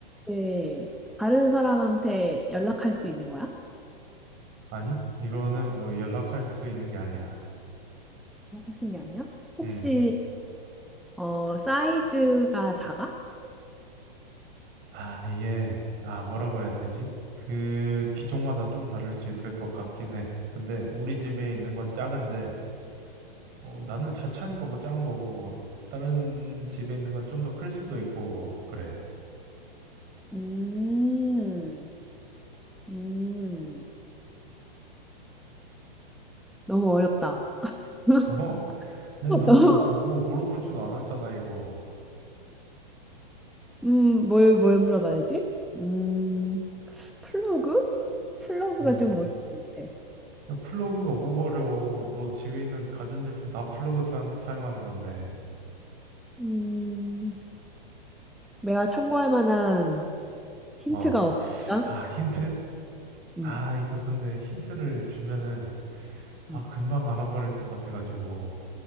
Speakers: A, in the centre; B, on the right.
A: 네. 다른 사람한테 연락할 수 있는 거야?
B: 아니, 이거는 뭐 연락할 수 있는 게 아니야.
A: 연락할 수 있는 게 아니야? 혹시,
B: 음.
A: 혹시 어, 사이즈가 작아?
B: 아, 이게, 아, 뭐라고 해야 되지? 그, 기종마다 좀 다를 수 있을 것 같긴 해. 근데, 우리 집에 있는 건 작은데, 어, 나는 자차니까 뭐 작은 거고, 뭐, 다른 집에 있는 건 좀 더 클 수도 있고, 뭐, 그래.
A: 음, 음, 너무 어렵다. <laughs>
B: 어? 너
A: 너무,
B: 뭐, 뭐, 뭐 물어보지도 않았잖아, 이거.
A: 음, 뭘, 뭘 물어봐야 되지? 음, 플러그? 플러그가
B: 어.
A: 좀 어려운 것 같아.
B: 야, 플러그가 뭐가 어려워. 너 집에 있는 가전제품 다 플러그 사, 사용하는 건데.
A: 음, 내가 참고할 만한 힌트가
B: 어.
A: 없을까?
B: 아, 힌트?
A: 음,
B: 아, 이거 근데 힌트를 주면은, 아,
A: 음.
B: 금방 알아버릴 것 같아가지고.